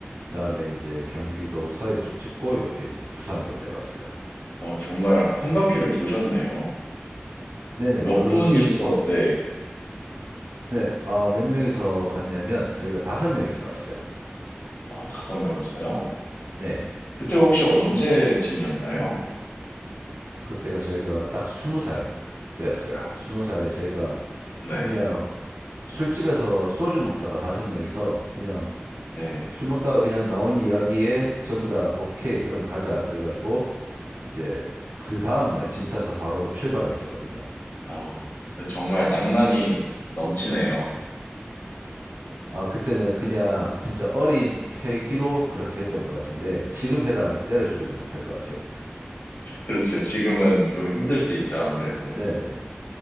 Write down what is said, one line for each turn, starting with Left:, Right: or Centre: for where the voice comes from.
Right: 그다음에 이제 경기도 서해 쪽 찍고, 이렇게 이제 부산으로 내려왔어요.
Left: 어, 정말 한 바퀴를 도셨네요.
Right: 네네,
Left: 몇
Right: 그게
Left: 분이서,
Right: 보-
Left: 네,
Right: 네, 아, 몇 명이서 갔냐면 저희가 다섯 명이서 갔어요.
Left: 아, 다섯 명이서요.
Right: 네,
Left: 그때 혹시 언제쯤이었나요?
Right: 그때가 저희가 딱 스무 살 때였어요.
Left: 아,
Right: 스무 살에 저희가
Left: 네,
Right: 그냥 술집에서 소주 먹다가 다섯 명이서 그냥
Left: 네.
Right: 술 먹다가 그냥 나온 이야기에 전부 다 오케이, 그럼 가자. 그래가지고 이제 그 다음날 짐 싸서 바로 출발을 했었거든요.
Left: 아, 정말 낭만이 넘치네요.
Right: 아, 그때는 그냥 진짜 어린 패기로 그렇게 했던 것 같은데 지금 해라면 때려주기도 못할 것 같아요.
Left: 그렇죠. 지금은 좀 힘들 수 있죠, 아무래도.
Right: 네네.